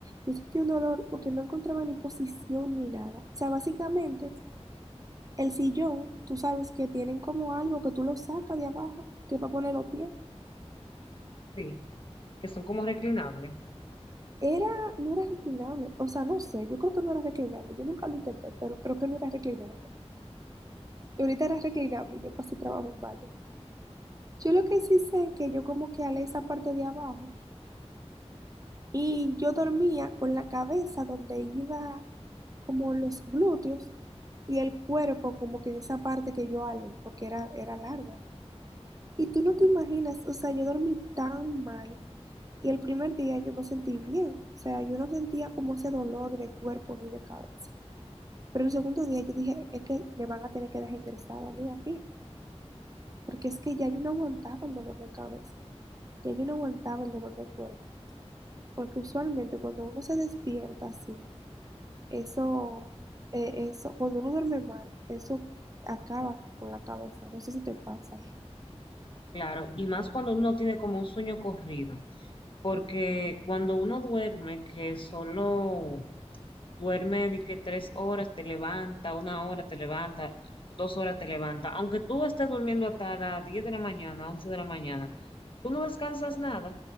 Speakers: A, on the right; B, on the left.
A: Yo sentía un dolor porque no encontraba ni posición ni nada. O sea, básicamente, el sillón, tú sabes que tienen como algo que tú lo sacas de abajo, que es para poner los pies.
B: Sí, que son como reclinables,
A: Era, no era reclinable, o sea, no sé, yo creo que no era reclinable, yo nunca lo intenté, pero creo que no era reclinable. Y ahorita era reclinable, y yo pasé trabajo en balde. Yo lo que sí sé es que yo como que alé esa parte de abajo y yo dormía con la cabeza donde iba como los glúteos y el cuerpo como que en esa parte que yo alé, porque era, era larga. Y tú no te imaginas, o sea, yo dormí tan mal y el primer día yo me sentí bien, o sea, yo no sentía como ese dolor de cuerpo ni de cabeza. Pero el segundo día yo dije, es que me van a tener que dejar ingresada a mí aquí, porque es que ya yo no aguantaba el dolor de cabeza, ya yo no aguantaba el dolor de cuerpo, porque usualmente cuando uno se despierta así, eso, eh, eso, cuando uno duerme mal, eso acaba con la cabeza, no sé si te pasa.
B: claro, y más cuando uno tiene como un sueño corrido, porque cuando uno duerme, que solo duerme de que tres horas te levanta, una hora te levanta, dos horas te levanta, aunque tú estés durmiendo hasta las 10 de la mañana, 11 de la mañana, tú no descansas nada,